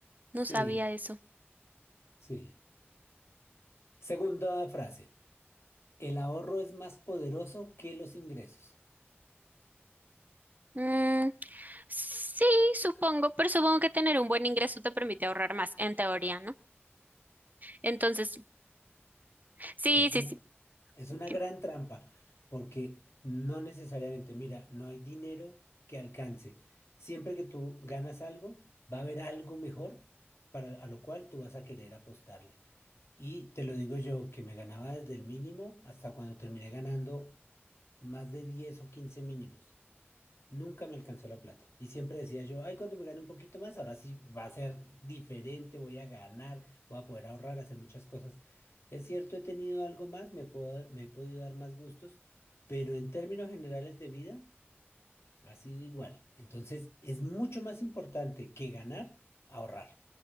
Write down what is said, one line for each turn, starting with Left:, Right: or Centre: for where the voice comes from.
Right: No
Left: Sí,
Right: sabía eso.
Left: sí. Segunda frase. El ahorro es más poderoso que los ingresos.
Right: Mm, sí, supongo, pero supongo que tener un buen ingreso te permite ahorrar más, en teoría, ¿no? Entonces, sí,
Left: Es
Right: sí,
Left: una,
Right: sí.
Left: es
Right: ok.
Left: una gran trampa porque no necesariamente, mira, no hay dinero que alcance. Siempre que tú ganas algo, va a haber algo mejor para, a lo cual tú vas a querer apostarle. Y te lo digo yo, que me ganaba desde el mínimo hasta cuando terminé ganando más de 10 o 15 mínimos. Nunca me alcanzó la plata. Y siempre decía yo, ay, cuando me gane un poquito más, ahora sí va a ser diferente, voy a ganar, voy a poder ahorrar, hacer muchas cosas. Es cierto, he tenido algo más, me puedo, me he podido dar más gustos, pero en términos generales de vida ha sido igual. Entonces, es mucho más importante que ganar, ahorrar.